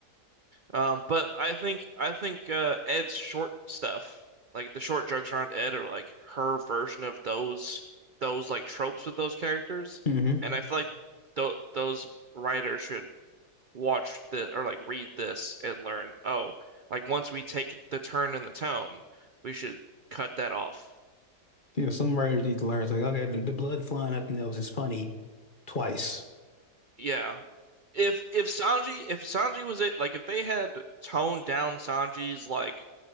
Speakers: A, on the right; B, on the left.
A: Um, but I think I think uh, Ed's short stuff, like the short jokes around Ed, are like her version of those those like tropes with those characters,
B: hmm
A: and I feel like th those writers should watch this or like read this and learn. Oh, like once we take the turn in the tone, we should cut that off.
B: You know, some writers need to learn. It's like, okay, the, the blood flying out the nose is funny twice.
A: Yeah, if if Sanji if Sanji was it like if they had toned down Sanji's like